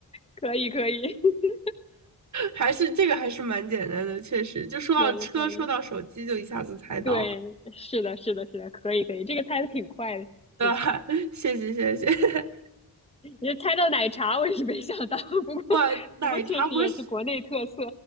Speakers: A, on the left; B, on the right.
A: 可以可以 <laughs>
B: 还是这个还是蛮简单的，确实，就说到车，
A: 可以可以，
B: 说到手机，就一下子猜到了，
A: 对，是的是的是的，可以可以，这个猜的挺快的，
B: 对吧？
A: 其实。
B: <laughs> 谢谢谢谢，
A: 你猜到奶茶，我也是没想到，<laughs> 不过不过确实也是国内特色。
B: 哇，奶茶不是